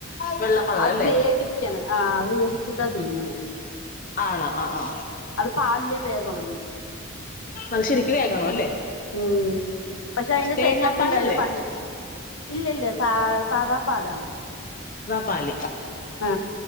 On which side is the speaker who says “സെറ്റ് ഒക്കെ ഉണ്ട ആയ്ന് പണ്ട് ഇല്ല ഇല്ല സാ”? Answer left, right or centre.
Left